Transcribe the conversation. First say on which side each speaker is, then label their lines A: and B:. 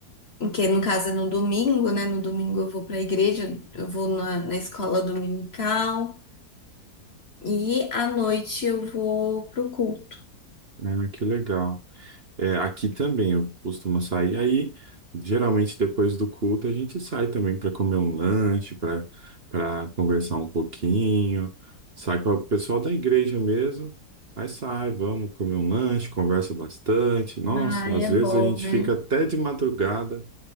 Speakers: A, on the left; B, on the right.
A: que no caso é no domingo, né? No domingo eu vou para a igreja, eu vou na, na escola dominical. E à noite eu vou pro culto.
B: Ah, que legal. É, aqui também eu costumo sair. Aí, geralmente, depois do culto, a gente sai também para comer um lanche, para para conversar um pouquinho. Sai com o pessoal da igreja mesmo. Aí sai, vamos comer um lanche, conversa bastante. Nossa,
A: Ah, é
B: às vezes
A: bom,
B: a gente
A: né?
B: fica até de madrugada